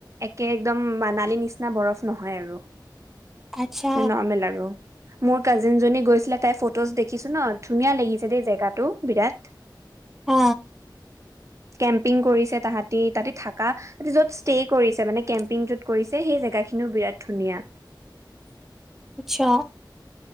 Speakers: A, on the right; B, in the centre.
A: একে একদম মানালি নিচিনা বৰফ নহয় আৰু
B: আচ্ছা
A: নৰ্মেল লাৰু মোৰ কাজিন জনী গৈছিলে তাই ফটোজ দেখিছো ন ধুনীয়া লাগিছে দেই জেগাটো বিৰাট
B: হা
A: কেম্পিং কৰিছে তাহাঁতি তাহতে থাকা য'ত ষ্টে' কৰিছে মানে কেম্পিং যত কৰিছে সেই জেগাখিন খিনো বিৰাট ধুনীয়া
B: আচছা